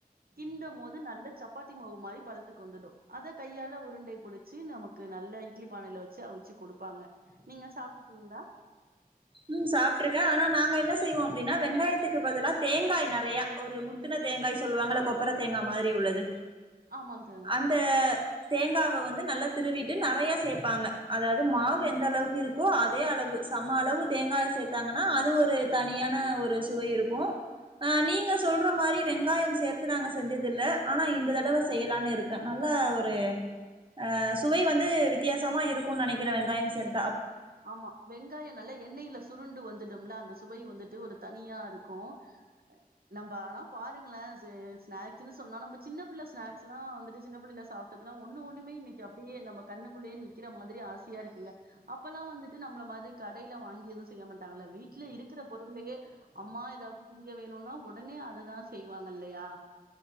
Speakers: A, on the right (about 70°); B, on the right (about 30°).
A: கிண்ட மோது நல்ல சப்பாத்தி மாவு மாரி பதத்துக்கு வந்துடும் அத கையால உருண்டை புடிச்சு நமக்கு நல்ல இட்லி பானைல வச்சு அவுச்சு கொடுப்பாங்க நீங்க சாப்ட்ருக்கீங்களா
B: ம் சாப்ட்ருக்கே ஆனா நாங்க என்ன செய்வோ அப்டின்னா வெங்காயத்துக்கு பதிலா தேங்காய் நறையா ஒரு முத்துன தேங்காய் சொல்லுவாங்கல்ல கொப்பர தேங்கா மாதிரி உள்ளது
A: ஆமா தோ
B: அந்த தேங்காவ வந்து நல்லா திருவிட்டு நறைய சேப்பாங்க அதாவது மாவு எந்த அளவுக்கு இருக்கோ அதே அளவு சம அளவு தேங்காய சேத்தாங்கன்னா அது ஒரு தனியான ஒரு சுவை இருக்கும் ஆ நீங்க சொல்ற மாரி வெங்காயம் சேர்த்து நாங்க செஞ்சதில்ல ஆனா இந்த தடவை செய்லான்னு இருக்கே நல்லா ஒரு ஆ சுவை வந்து வித்யாசமா இருக்கும் நனைக்கிறே வெங்காயம் சேர்த்து
A: ஆமா வெங்காயோ நல்லா எண்ணெயில சுருண்டு வந்துடும்ல அந்த சுவை வந்துட்டு ஒரு தனியா இருக்கும் நம்ப ஆனா பாருங்களே சு ஸ்நாக்ஸுன்னு சொன்னா நம்ப சின்ன புள்ள ஸ்நாக்ஸ்லாம் வந்துட்டு சின்ன புள்ளையில சா பாத்தினா ஒண்ணு ஒண்ணுமே இன்னைக்கி அப் அப்டியே நம்ம கண்ணுக்குள்ளயே நிக்கிற மாதிரி ஆசையா இருக்குல்ல அப் இப்பல்லா வந்துட்டு நம்மள மாதிரி கடையில வாங்கி எதும் செய்ய மாட்டாங்கல்ல வீட்ல இருக்குற பொருள்ளயே அம்மா எதாவது திங்க வேணும்னா ஒடனே அததா செய்வாங்க இல்லையா